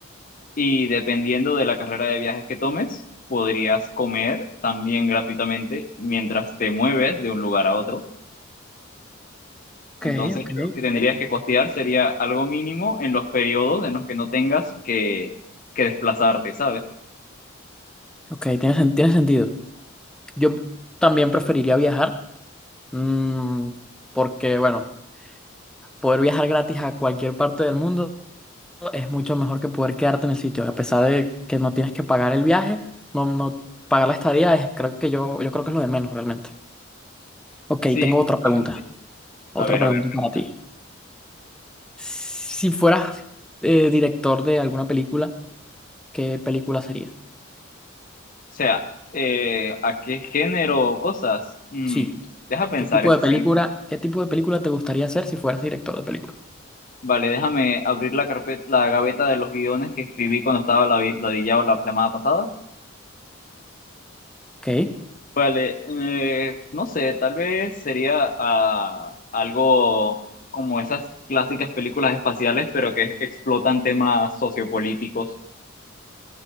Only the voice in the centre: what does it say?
Ok,
ok.
Ok, tiene, sen- tiene sentido. Yo también preferiría viajar, mm, porque, bueno, poder viajar gratis a cualquier parte del mundo es mucho mejor que poder quedarte en el sitio. A pesar de que no tienes que pagar el viaje, no, no pagar la estadía, es, creo que yo, yo creo que es lo de menos realmente. Ok,
tengo otra
pregunta. Otra
pregunta
para
ti.
Si fueras eh, director de alguna película, ¿qué película sería?
Sí.
¿Qué tipo
de
película, qué tipo de película te gustaría hacer si fueras director de película?
Ok.